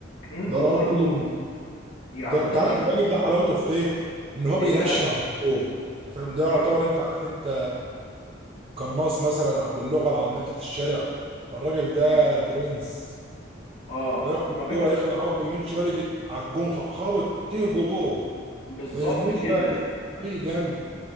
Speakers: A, on the left; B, on the right.
A: مم،
B: ده
A: وبرضه
B: راجل
A: يعني
B: ده
A: انت
B: انت
A: مش
B: عارف الراجل
A: من
B: ده حلاوته في ايه ان هو
A: ايه
B: بينشن
A: بقى
B: على الجو انت فاهم ده
A: مم،
B: يعتبر انت عارف انت قناص مثلا او باللغه العاميه بتاعت الشارع الراجل ده
A: مم.
B: برنس
A: اه
B: وياخد الكوره
A: طب انت
B: يخلع هوب يمين شمال يجي على الجون خ- خابط تيجي جوه
A: بالظبط
B: ما يهموش
A: كده
B: بقى من اي جنب